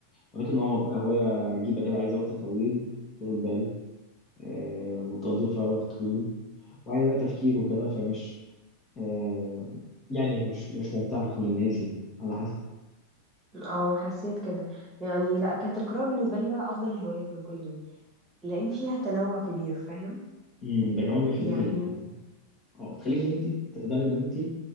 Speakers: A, on the left (about 25°); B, on the right (about 20°).
A: ولكن اه بتبقى هوايه عجيبه كده عايزه وقت طويل طول بال آه، وتقضي فيها وقت طويل وعايز بقى تفكير وكده فمش آه يعني مش مش ممتع لكل الناس يعني على حسب
B: او حسيت كده يعني لا كانت القراءة بالنسبة لي بقى افضل الهوايات من كل دول لان فيها تنوع كبير فاهم
A: مم، ده كمان بيخليكي
B: يعني
A: اه بتخليكي ان انت تقدري ان انت